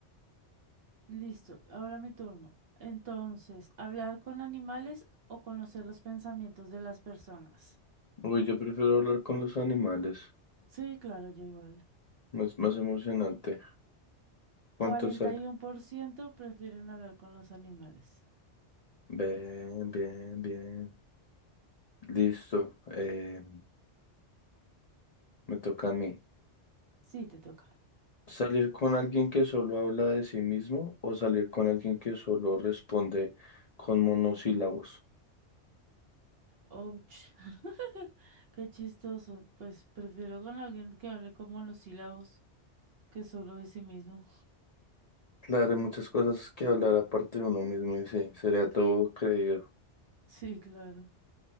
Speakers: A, on the right; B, on the left.
A: Listo, ahora mi turno. Entonces, hablar con animales o conocer los pensamientos de las personas.
B: Uy, yo prefiero hablar con los animales.
A: Sí, claro, yo igual.
B: Más, más emocionante.
A: Cuarenta
B: ¿Cuánto sale?
A: y uno por ciento prefieren hablar con los animales.
B: Bien, bien, bien. Listo. eh, me toca a mí.
A: Sí, te toca.
B: ¿Salir con alguien que solo habla de sí mismo o salir con alguien que solo responde con monosílabos?
A: Ouch. <laughs> Qué chistoso. Pues prefiero con alguien que hable con monosílabos que solo de sí mismo.
B: Claro, hay muchas cosas que hablar aparte de uno mismo y sí, sería todo creído.
A: Sí, claro.